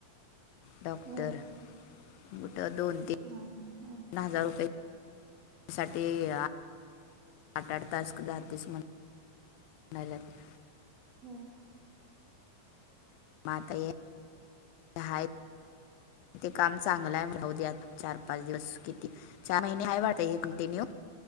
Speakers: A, on the left (about 85°); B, on the right (about 50°).
A: डॉक्टर
B: होय
A: मोठं दोन-तीन
B: हा ह हा.
A: धा हजार रुपये साठीय आठ याड टास्क जा तेस म्हणे. नाय <unintelligible>
B: हो.
A: माता ये हायत ते काम चांगलं हाय म्हटलं राहू दे चार पाच दिवस किती चार महिने हाय वाटतय हे कंटिन्यू.